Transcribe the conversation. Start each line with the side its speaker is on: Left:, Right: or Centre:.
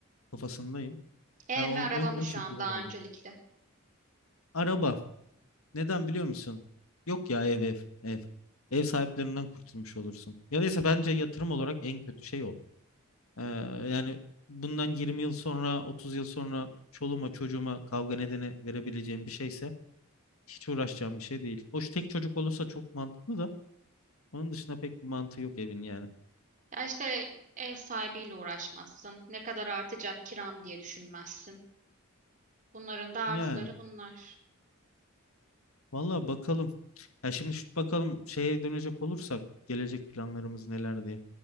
Left: kafasındayım.
Right: Ev
Left: Ya
Right: mi
Left: o,
Right: araba
Left: on-
Right: mı
Left: o
Right: şu
Left: şekilde
Right: an daha
Left: ilerliyorum.
Right: öncelikle?
Left: Araba. Neden biliyor musun? Yok ya ev ev ev. Ev sahiplerinden kurtulmuş olursun. Ya da ise bence yatırım olarak en kötü şey o. Ee, yani bundan 20 yıl sonra 30 yıl sonra çoluğuma çocuğuma kavga nedeni verebileceğim bir şeyse hiç uğraşacağım bir şey değil. Hoş tek çocuk olursa çok mantıklı da onun dışında pek bir mantığı yok evin yani.
Right: Ya işte ev sahibiyle uğraşmazsın. Ne kadar artacak kiram diye düşünmezsin. Bunların da artıları
Left: Yani
Right: bunlar.
Left: valla bakalım. Ya şimdi şu- bakalım şeye dönecek olursak gelecek planlarımız neler diye.